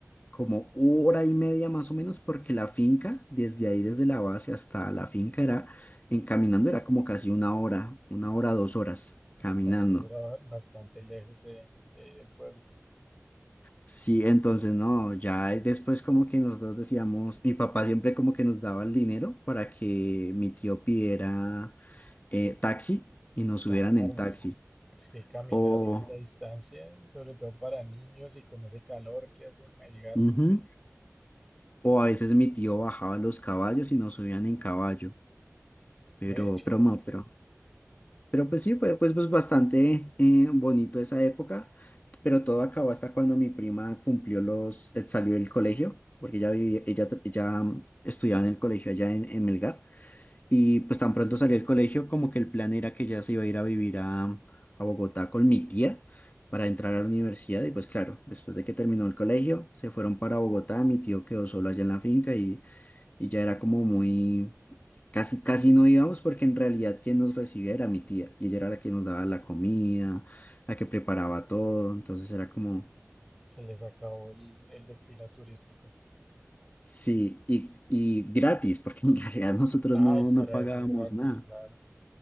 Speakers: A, on the left; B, in the centre.
A: como hora y media más o menos, porque la finca, desde ahí, desde la base hasta la finca, era, en caminando era como casi una hora, una hora, dos horas
B: Uf,
A: caminando.
B: pero entonces era ba- bastante lejos de, de ahí del pueblo.
A: Sí, entonces no, ya después como que nosotros decíamos, mi papá siempre como que nos daba el dinero para que mi tío pidiera eh, taxi y nos
B: Claro,
A: subieran en taxi.
B: es, es que caminar
A: O,
B: tanta distancia y sobre todo para niños y con ese calor que hace en Melgar.
A: ujú, o a veces mi tío bajaba los caballos y nos subían en caballo, pero,
B: Ve, chévere.
A: pero, no, pero Pero pues sí, fue pues, pues bastante eh, bonito esa época, pero todo acabó hasta cuando mi prima cumplió los, eh, salió del colegio, porque ella vivía, ella, tra- ella mm, estudiaba en el colegio allá en, en Melgar, y pues tan pronto salió del colegio como que el plan era que ella se iba a ir a vivir a, a Bogotá con mi tía para entrar a la universidad, y pues claro, después de que terminó el colegio, se fueron para Bogotá, mi tío quedó solo allá en la finca y, y ya era como muy... Casi, casi no íbamos porque en realidad quien nos recibía era mi tía y ella era la que nos daba la comida, la que preparaba todo, entonces era como,
B: Se les acabó el, el destino turístico.
A: sí, y, y gratis porque en <laughs> realidad nosotros
B: Ay,
A: no,
B: fuera
A: no pagábamos
B: de eso, gratis,
A: nada.
B: claro.